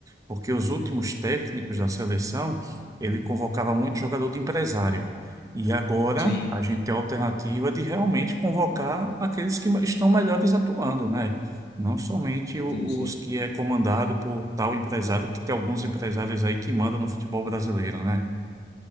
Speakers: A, on the right; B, on the left.
A: porque os últimos técnicos da seleção, ele convocava muito jogador de empresário. E agora
B: sim,
A: a gente tem a alternativa de realmente convocar aqueles que estão melhores atuando, né? Não somente o-
B: sim, sim.
A: os que é comandado por tal empresário, que tem alguns empresários aí que mandam no futebol brasileiro, né? O